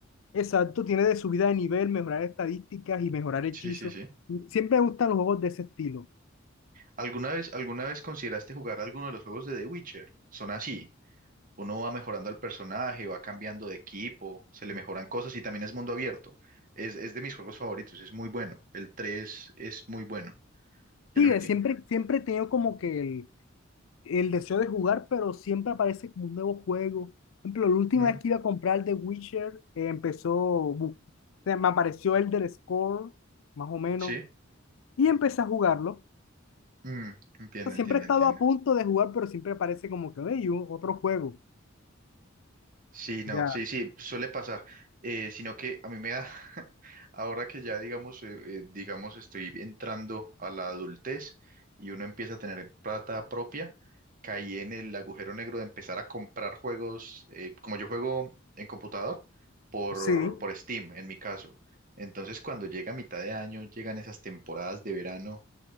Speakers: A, on the left; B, on the right.
A: exacto, tiene de subida de nivel, mejorar estadísticas y mejorar hechizos.
B: Sí, sí, sí.
A: Siempre me gustan los juegos de ese estilo.
B: ¿Alguna vez, alguna vez consideraste jugar alguno de los juegos de The Witcher? Son así. Uno va mejorando al personaje, va cambiando de equipo, se le mejoran cosas y también es mundo abierto. Es, es de mis juegos favoritos, es muy bueno. El 3 es muy bueno,
A: Sí,
B: el último.
A: eh, siempre, siempre he tenido como que el, el deseo de jugar, pero siempre aparece como un nuevo juego. Por ejemplo, la última
B: Mm,
A: vez que iba a comprar el de Witcher, eh, empezó, bu- o sea, me apareció el del Score, más o menos,
B: ¿Sí?
A: y empecé a jugarlo.
B: Mm, entiende,
A: Siempre
B: entiende,
A: he estado
B: entiende.
A: a punto de jugar, pero siempre aparece como que, hey, u- otro juego.
B: Sí, no,
A: Ya,
B: sí, sí, suele pasar. Eh, sino que a mí me da, <laughs> ahora que ya digamos, eh, eh, digamos, estoy entrando a la adultez y uno empieza a tener plata propia, caí en el agujero negro de empezar a comprar juegos, eh, como yo juego en computador, por,
A: sí,
B: por Steam, en mi caso. Entonces, cuando llega mitad de año, llegan esas temporadas de verano,